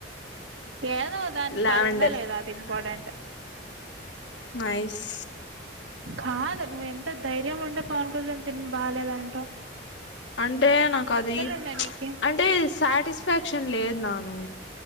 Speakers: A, on the right (about 80°); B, on the left (about 65°).
A: ఏదో ఒ దానికి
B: లావెండర్
A: పడిందా లేదా అది ఇంపాటెంట్
B: నైస్
A: కాదు నువ్వు ఎంత ధైర్యం ఉంటే పవన్ కళ్యాణ్ సినిమా బాలేదంటవ్
B: అంటే నాకు అది
A: ఉన్నాయి
B: మ్చ
A: నీకి
B: అంటే సాటిస్ఫాక్షన్ లేదు నాకు